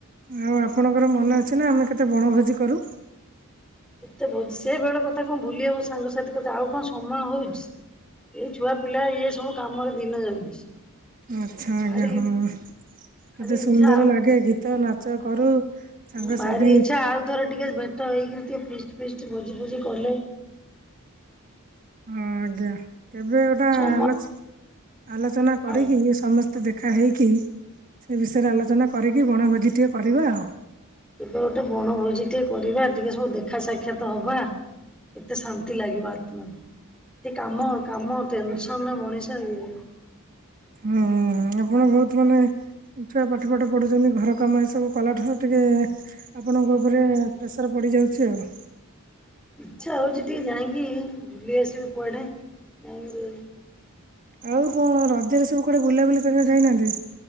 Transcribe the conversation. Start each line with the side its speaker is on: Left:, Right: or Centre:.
Right: ଆଉ ଆପଣଙ୍କର ମନେ ଅଛି ନା ଆମେ କେତେ ବଣଭୋଜି କରୁ?
Centre: ଏତେ ଭୋଜି ସେ ବେଳ କଥା କଣ ଭୁଲି ହବ ସାଙ୍ଗସାଥି କଥା ଆଉ କଣ ସମୟ ହଉଚି। ଏଇ ଛୁଆପିଲା ଏ ସବୁ କାମରେ ଦିନ ଯାଉଛି।
Right: ଆଚ୍ଛା
Centre: ଭାରି
Right: ଆଜ୍ଞା ହଁ, କେତେ
Centre: ଭାରି ଇଚ୍ଛା
Right: ସୁନ୍ଦର
Centre: ଆଉ
Right: ଲାଗେ ଗୀତ ନାଚ କରୁ। ସାଙ୍ଗସାଥି
Centre: ଉଁ ଭାରି ଇଚ୍ଛା ଆଉ ଥରେ ଟିକେ ଭେଟ ହେଇକି ଟିକେ ଫିଷ୍ଟ ଫିଷ୍ଟ ଭୋଜିଫୋଜି କଲେ
Right: ହଁ ଆଜ୍ଞା, କେବେ ଗୋଟା
Centre: ସମ
Right: ଆଲୋଚ୍ ଆଲୋଚନା କରିକିନି
Centre: ଆଉ
Right: ସମସ୍ତେ ଟିକେ ଦେଖା ହେଇକି ସେ ବିଷୟରେ ଆଲୋଚନା କରିକି ବଣଭୋଜିଟିଏ କରିବା ଆଉ।
Centre: କେବେ ଗୋଟେ ବଣଭୋଜି ଟିକେ କରିବା ଟିକେ ସବୁ ଦେଖା ସାକ୍ଷାତ ହବା। ଏତେ ଶାନ୍ତି ଲାଗିବ ଆତ୍ମା। ଏ କାମ କାମ ଟେନସନ୍ ରେ ମଣିଷ ଏ ହେଇ
Right: ହୁଁ-ଉଁ-ଉଁ ଆପଣ ବହୁତ ମାନେ ଛୁଆ ପାଠଫାଠ ପଢ଼ୁଛନ୍ତି ଘର କାମ ଏସବୁ କଲାଠାରୁ ଟିକେ ଆପଣଙ୍କ ଉପରେ ପ୍ରେସର ପଡ଼ିଯାଉଛି ଆଉ।
Centre: ଇଚ୍ଛା ହଉଛି ଟିକେ ଯାଇଁକି ବୁଲି ଆସିବି କୁଆଡେ ଯାଇଁକି ବୁଲି
Right: ଆଉ କଣ ରଜରେ ସବୁ କୁଆଡେ ବୁଲାବୁଲି କରିବାକୁ ଯାଇନାହାନ୍ତି?